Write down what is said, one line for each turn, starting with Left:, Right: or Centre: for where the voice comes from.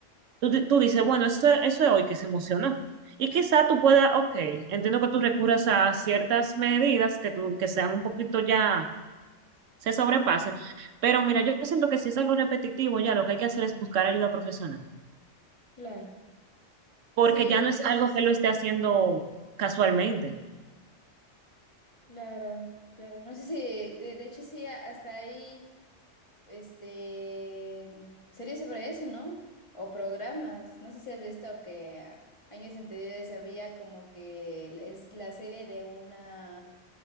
Right: tú, di- tú dices, bueno, eso, eso es hoy que se emociona. Y quizá tú puedas, ok, entiendo que tú recurras a ciertas medidas que, tú, que sean un poquito ya, se sobrepasen. Pero mira, yo siento que si es algo repetitivo, ya lo que hay que hacer es buscar ayuda profesional.
Left: Claro,
Right: porque
Left: sí,
Right: ya no
Left: sí,
Right: es algo
Left: eso es,
Right: que lo esté haciendo casualmente.
Left: claro, claro, no sé si, de, de hecho sí, a- hasta ahí este, mm, series sobre eso, ¿no? O programas, no sé si has visto que ah, años anteriores había como que el- el- la serie de una,